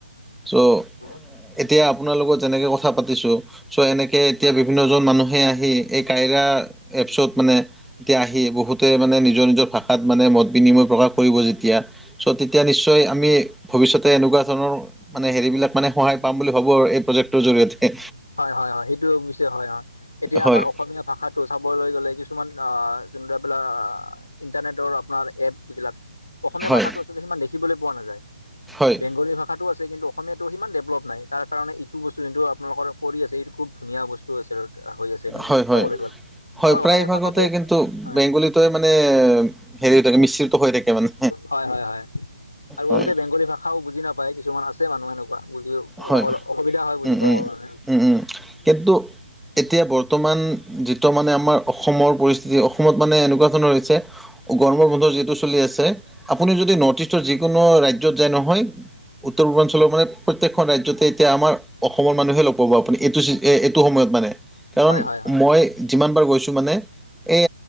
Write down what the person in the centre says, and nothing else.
চ
এতিয়া আপোনাৰ লগত যেনেকে কথা পাতিছো, চ' এনেকে এতিয়া বিভিন্নজন মানুহে আহি এই কাইৰা এপছত মানে এতিয়া আহি বহুতে মানে নিজৰ নিজৰ ভাষাত মানে মত বিনিময় প্ৰকাশ কৰিব যেতিয়া। চ' তেতিয়া নিশ্চয় আমি ভৱিষ্যতে এনেকুৱা ধৰণৰ মানে হেৰিবিলাক মানে সহায় পাম বুলি ভাবো আৰু এই প্ৰজেক্টটোৰ জৰিয়তে।
হয়
হয়
হয়
হয় হয়
হয়
প্ৰায়ভাগতে
কিন্তু
বেংগলীটোৱে মানে হেৰি হৈ থাকে মিশ্ৰিত হৈ থাকে মানে।
হয়
হয়
উম
উম
উম উম কিন্তু এতিয়া বৰ্তমান যিটো মানে আমাৰ অসমৰ পৰিস্থিতি, অসমত মানে এনেকুৱা ধৰনৰ হৈছে গৰম বন্ধ যিহেতু চলি আছে। আপুনি যদি নৰ্থ ইষ্টৰ যিকোনো ৰাজ্যত যায় নহয় উত্তৰ পূৰ্বাঞ্চৰ মানে প্ৰত্যেকখন ৰাজ্যতে এতিয়া আমাৰ অসমৰ মানুহে লগ পাব আপুনি এইটো এইটো সময়ত মানে কাৰণ
মই যিমানবাৰ গৈছোঁ মানে এই